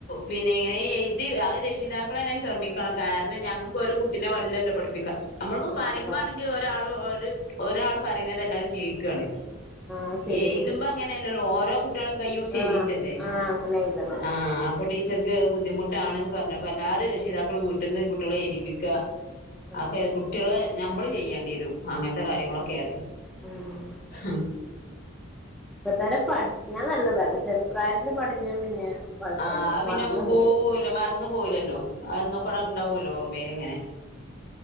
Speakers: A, on the left; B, in the centre.
A: പിന്നെ ഇങ്ങനെഎയിതി അഹ് രക്ഷിതാക്കളനെ ശ്രമിക്കണം കാരണം ഞങ്ങ ഒരു കുട്ടിനെവലല്ലോ പഠിപ്പിക്കാ അമ്മളിപ്പോ
B: ആഹ്
A: പറയുമ്പോ
B: കൊ
A: ആണെങ്കിൽ ഒരാൾ ഒര് ഒരാൾ പറയണതെലാരും കേക്കാണ്
B: ആഹ് ശരിയാണ്
A: എയ്തുമ്പോ അങ്ങനെയല്ലല്ലോ ഓരോ കു ട്ട്യേളം കയുടിച്ച്
B: ആഹ്
A: എയ്തീട്ടലെ
B: ആഹ് അങ്ങനെ എഴുതണം
A: ആഹ് ഇപ്പൊ ടീച്ചർക്ക് ബുദ്ധിമുട്ടാണ്ന്ന് പറഞ്ഞ അപ്പൊ എല്ലാരും രക്ഷിതാക്കൾ വീട്ടിന്ന് കുട്ട്യേളെ എയിതിപ്പിക്ക
B: ആഹ്
A: ആപ്പൊ കുട്ട്യേളെ ഞമ്മള് ചെയ്യണ്ടിവരും അങ്ങനത്തെകാര്യങ്ങളൊക്കെയാണ്
B: ആഹ് ഉം
A: മ്മ്ഹ്.
B: ഇപ്പതന്നെ പഠിക്കണെ നല്ലതാണ് ചെറുപ്രായത്തില് പഠിഞ്ഞാ പിന്നെ കൊഴപ്പല്ല
A: ആഹ് അത് പിന്നെ
B: മറന്നു
A: അമക് പോവൂല്ല
B: പോവൂല
A: മറന്ന് പോവൂലല്ലോ അന്നും ഇപ്പടെ
B: ഉം
A: ഇണ്ടാവല്ലോ ഓർമ്മേൽ ഇങ്ങനെ